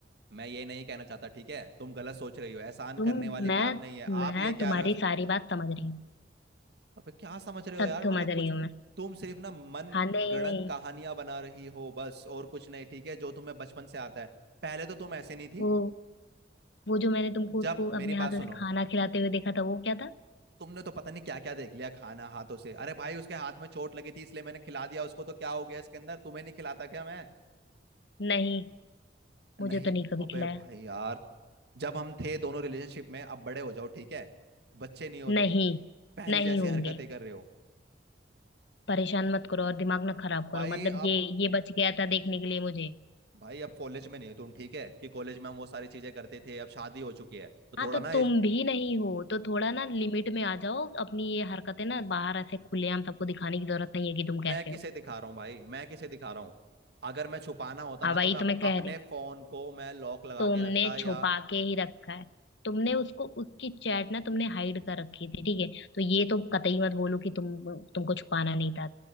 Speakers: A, on the right (about 65°); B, on the left (about 70°).
A: मैं ये नहीं कहना चाहता ठीक है तुम गलत सोच रही हो एहसान
B: तुम
A: करने वाली
B: मैं
A: बात नहीं है
B: मैं
A: आप लेके आ
B: तुम्हारी
A: रहे हो
B: सारी बात समझ रही हूँ
A: अब क्या समझ रहे हो
B: सब
A: यार
B: समझ
A: मतलब
B: रही
A: कुछ
B: हूँ मैं
A: तुम सिर्फ ना मन
B: हाँ नहीं
A: गढ़ंत
B: नहीं
A: कहानियां बना रही हो बस और कुछ नहीं ठीक है जो तुम्हें बचपन से आता है पहले तो तुम ऐसे नहीं थी
B: वो वो जो मैंने तुमको
A: जब
B: उसको अपने
A: मेरी बात
B: हाथों
A: सुनो
B: से खाना खिलाते हुए देखा था वो क्या था
A: तुमने तो पता नहीं क्या क्या देख लिया खाना हाथों से अरे भाई उसके हाथ में चोट लगी थी इसलिए मैंने खिला दिया उसको तो क्या हो गया इसके अंदर तुम्हें नहीं खिलाता क्या मैं
B: नहीं
A: नहीं
B: मुझे तो नहीं कभी
A: अबे
B: खिलाया
A: भाई यार जब हम थे दोनों रिलेशनशिप में अब बड़े हो जाओ ठीक है बच्चे नहीं हो
B: नहीं
A: तुम पहले
B: नहीं
A: जैसी
B: होंगे
A: हरकतें कर रहे हो
B: परेशान मत करो और दिमाग ना खराब
A: भाई
B: करो मतलब
A: अब
B: ये ये बच गया था देखने के लिए मुझे
A: भाई अब कॉलेज में नहीं हो तुम ठीक है कि कॉलेज में हम वो सारी चीजें करते थे अब शादी हो चुकी है तो
B: हाँ
A: थोड़ा
B: तो
A: ना इस-
B: तुम भी नहीं हो तो थोड़ा ना लिमिट में आ जाओ अपनी ये हरकतें ना बाहर ऐसे खुलेआम सबको दिखाने की जरूरत नहीं है कि तुम कैसे
A: मैं किसे
B: हो
A: दिखा रहा हूँ भाई मैं किसे दिखा रहा हूँ अगर मैं छुपाना होता
B: हाँ
A: ना
B: भाई
A: तो मैं अप,
B: तो मैं कह
A: अपने
B: रही
A: फोन को मैं लॉक लगा
B: तुमने
A: के रखता या
B: छुपा के ही रखा है तुमने उसको उसकी चैट ना तुमने हाइड कर रखी थी ठीक है तो ये तो कतई मत बोलो कि तुम तुमको छुपाना नहीं था